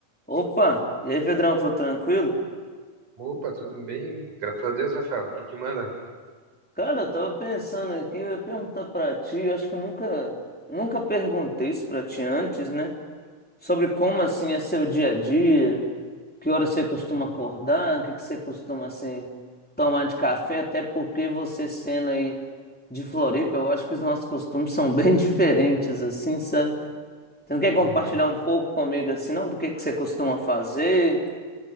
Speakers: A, in the centre; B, on the right.
A: Opa, e aí, Pedrão, tudo tranquilo?
B: Opa, tudo bem? Graças a Deus, Rafael. O que que manda?
A: Cara, eu tava pensando aqui, eu ia perguntar pra ti, eu acho que eu nunca, nunca perguntei isso pra ti antes, né? Sobre como, assim, é seu dia a dia, que hora você costuma acordar, o que que você costuma, assim, tomar de café, até porque você sendo aí de Floripa, eu acho que os nossos costumes são bem <laughs> diferentes, assim, sabe? Você não quer compartilhar
B: Uhum.
A: um pouco comigo, assim, não? Do que que você costuma fazer?